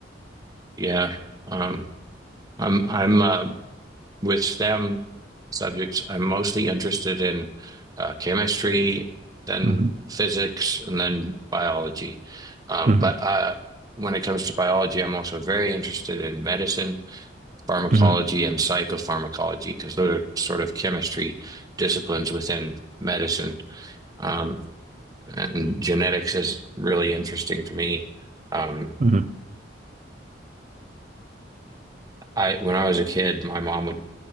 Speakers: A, on the right; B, on the right.
A: Yeah. Um, I'm I'm uh, with STEM subjects, I'm mostly interested in uh, chemistry, then
B: hmm
A: physics, and then biology. Um,
B: hmm
A: but uh, when it comes to biology, I'm also very interested in medicine, pharmacology,
B: hmm
A: and psychopharmacology because those are sort of chemistry disciplines within medicine. Um, and genetics is really interesting to me. Um,
B: hmm
A: I, when I was a kid, my mom would